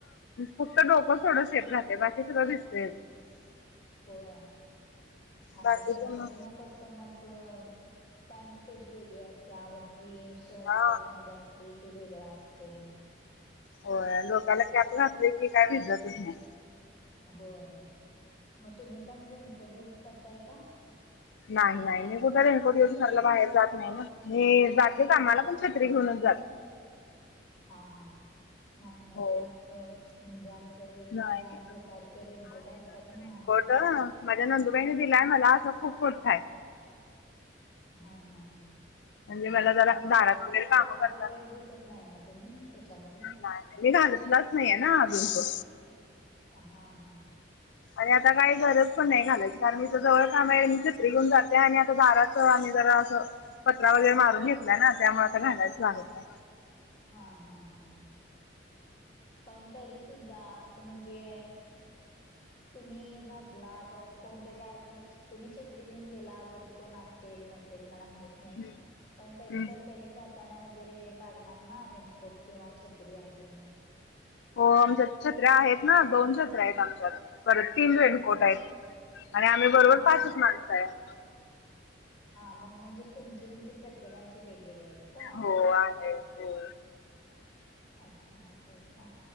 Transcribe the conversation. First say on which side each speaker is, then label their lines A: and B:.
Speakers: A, on the left; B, on the left.
A: फक्त डोकं थोडं सेफ राहते, बाकी सगळं भिजते.
B: होय, आणि
A: बाकीच
B: रेनकोटन
A: मग
B: कसं मग, पॅन्ट तेची वेगळी असत्या वर ती शर्ट
A: हा
B: टाईप मध्ये असतय ते वेगळां असतय.
A: होय, डोक्याला कॅप घातली की, काय भिजतच नाही.
B: होय... मग तुम्ही पण रेनकोड युज करताय का?
A: नाही नाही... मी कुठं रेनकोट यूज करायला बाहेर जात नाही ना. मी जाते कामाला.. पण छत्री घेऊनच जाते
B: हा हा हा... नाही मला
A: हो
B: वाटलं म्हणजे असं वेगवेगळ्या
A: नाही
B: प्रकारचे रेनकोट असतात ना हा
A: तर माझ्या नंदुबाईनी दिलाय मला असा... तो खूप मोठाय
B: हा हा हा.
A: म्हणजे मला जरा
B: मोठा
A: दारात
B: म्हणजे
A: वगैरे कामं
B: जाड
A: करताना
B: वगैरे दिसत नाही ना तुम्ही त्याच्यामध्ये?
A: नाही मी घालतलाच नाहीये ना अजून तो
B: आ... हा हा.
A: आणि आता काय गरज पण नाही घालायची... कारण इथं जवळ काम आहे, मी छत्री घेऊन जाते आणि आता दारात तर आम्ही जरा असं पत्रा वगैरे मारून घेतला ना... त्यामुळे आता घालायच लागत नाही.
B: हा हा हा. पण तरी सुुद्धा असं म्हणजे तुम्ही घातला... परत कोणतरी अजून तुम्ही छत्री घेऊन गेला... घरी कोण असेल नसेल मला माहित नये...
A: हम्म
B: पण तरी
A: हम्म.
B: पण त्यांनी जाताना वगैरे लाग मुलांना... रेनकोट किंवा छत्री अजून
A: हो... आमच्यात छत्र्या आहेत ना.. दोन छत्र्या आहेत आमच्यात... परत तीन रेनकोट आहेत. आणि आम्ही बरोबर
B: हा
A: पाचच माणसं आहेत.
B: हा मग... म्हणजे तुमचे तुमचे... प्रत्येकांचे वेगवेगळे आहेत. का?
A: हो आहेत हो.
B: अच्छा... असं ए का...